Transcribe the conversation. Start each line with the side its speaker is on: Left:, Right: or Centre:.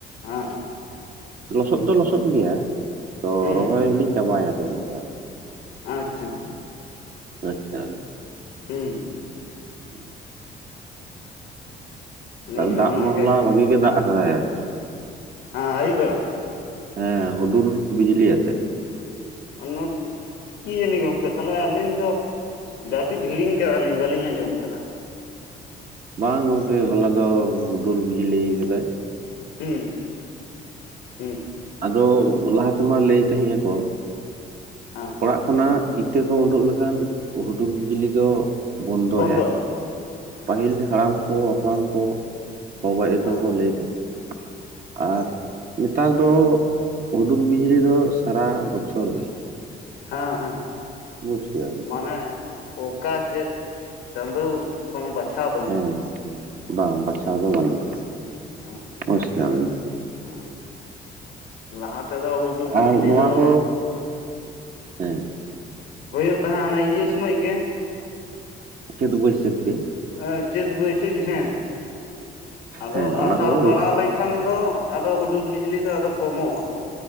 Left: ᱦᱮᱸ
Right: ᱞᱚᱥᱚᱫ ᱫᱚ ᱞᱚᱥᱚᱫ ᱜᱮᱭᱟ ᱛᱚ
Left: ᱦᱩᱸ
Right: ᱨᱚᱦᱚᱭ ᱦᱚᱞᱤᱧ ᱪᱟᱵᱟᱭᱟ ᱛᱮᱦᱮᱧ ᱫᱚ ᱟᱨᱠᱤ᱾
Left: ᱟᱪᱪᱷᱟ᱾
Right: ᱟᱪᱪᱷᱟ᱾
Left: ᱦᱩᱸ
Right: ᱦᱮᱸ
Left: ᱟᱹᱞᱤᱧ ᱦᱚᱸ
Right: ᱫᱟᱜ
Left: ᱚᱱᱟᱜᱮ
Right: ᱢᱟ ᱦᱚᱞᱟ ᱵᱷᱟᱜᱤ ᱜᱮᱭ ᱫᱟᱜ ᱟᱠᱟᱫᱟᱭ ᱟᱨ ᱠᱮᱡᱟᱱ᱾
Left: ᱦᱮᱸ ᱟᱹᱭᱩᱵ ᱵᱮᱲᱟ᱾
Right: ᱦᱮᱸ ᱦᱩᱰᱩᱨ ᱵᱤᱡᱽᱞᱤ ᱟᱛᱮᱜ᱾
Left: ᱚᱱᱚᱢ ᱠᱤ ᱡᱟᱹᱱᱤ ᱜᱚᱝᱠᱮ ᱛᱟᱦᱚᱞᱮ ᱟᱹᱞᱤᱧ ᱫᱚ ᱡᱟᱹᱯᱤᱫ ᱦᱤᱲᱤᱧ ᱟᱠᱟᱫᱟᱞᱤᱧ ᱵᱟᱹᱞᱤᱧ ᱟᱸᱡᱚᱢ ᱟᱠᱟᱫᱟ᱾
Right: ᱵᱟᱝ ᱜᱚᱢᱠᱮ ᱦᱚᱞᱟ ᱫᱚ ᱦᱩᱰᱩᱨ ᱵᱤᱡᱽᱞᱤ ᱠᱟᱫᱟᱭ᱾
Left: ᱦᱩᱸ ᱦᱩᱸ᱾
Right: ᱟᱫᱚ ᱞᱟᱦᱟ ᱛᱮᱢᱟ ᱞᱟᱹᱭ ᱛᱟᱦᱮᱸᱜ ᱟᱠᱚ
Left: ᱦᱟ
Right: ᱚᱲᱟᱜ ᱠᱷᱚᱱᱟᱜ ᱤᱛᱟᱹ ᱠᱚ ᱩᱰᱩᱜ ᱞᱮᱠᱷᱟᱱ ᱦᱩᱰᱩᱨ ᱵᱤᱡᱽᱞᱤ ᱫᱚ ᱵᱚᱱᱫᱚᱭᱟᱭ᱾
Left: ᱵᱚᱱᱫᱚᱜᱼᱟ
Right: ᱯᱟᱹᱦᱤᱞ ᱦᱟᱲᱟᱢ ᱠᱚ ᱦᱟᱯᱲᱟᱢ ᱠᱚ ᱵᱟᱵᱟᱜᱟᱭᱩ ᱛᱟᱠᱚ
Left: ᱦᱮᱸ
Right: ᱞᱟᱹᱭ ᱛᱟᱦᱮᱸᱫ᱾ ᱟᱨ ᱱᱮᱛᱟᱨ ᱫᱚ ᱛᱚ ᱦᱩᱰᱩᱨ ᱵᱤᱡᱽᱞᱤ ᱫᱚ ᱥᱟᱨᱟ ᱵᱚᱪᱷᱚᱨ ᱜᱮ᱾
Left: ᱦᱮᱸ ᱦᱮᱸ
Right: ᱵᱩᱡᱽ ᱠᱮᱫᱟ ᱵᱤᱱ
Left: ᱢᱟᱱᱮ ᱚᱠᱟ ᱪᱮᱫ ᱪᱟᱸᱫᱳ ᱠᱚᱱᱚ ᱵᱟᱪᱷᱟ ᱵᱟᱱᱩᱜ᱾
Right: ᱦᱮᱸ ᱦᱮᱸ ᱵᱟᱝ ᱵᱟᱪᱷᱟᱣ ᱫᱚ ᱵᱟᱹᱱᱩᱜᱼᱟ᱾
Left: ᱦᱮ
Right: ᱵᱩᱡᱽ ᱠᱮᱫᱟ ᱵᱤᱱ
Left: ᱦᱮ ᱞᱟᱦᱟ ᱛᱮᱫᱚ ᱦᱩᱰᱩᱨ ᱵᱤᱡᱽᱞᱤ
Right: ᱟᱨ ᱱᱚᱣᱟ
Left: ᱫᱚ
Right: ᱠᱚ ᱦᱮᱸ
Left: ᱦᱩᱭᱩᱜ ᱛᱟᱦᱮᱸᱫ ᱚᱱᱟ ᱤᱭᱟᱹ ᱥᱳᱢᱚᱭ ᱜᱮ᱾
Right: ᱪᱟᱹᱛ ᱵᱟᱭᱥᱟ. ᱠ ᱜᱮ᱾
Left: ᱮ ᱪᱟᱹᱛ ᱵᱟᱭᱥᱟᱹᱠ ᱡᱷᱮᱸᱴ ᱟᱫᱚ
Right: ᱦᱮᱸ ᱚᱱᱟ
Left: ᱟᱥᱟᱲ
Right: ᱠᱚᱜᱮ
Left: ᱯᱟᱲᱟᱣ
Right: ᱦᱩᱭᱩᱜ
Left: ᱞᱮᱱ ᱠᱷᱟᱱ ᱫᱚ ᱟᱫᱚ ᱦᱩᱰᱩᱨ ᱵᱤᱡᱽᱞᱤ ᱫᱚ ᱟᱫᱚ ᱠᱚᱢᱚᱜᱼᱟ᱾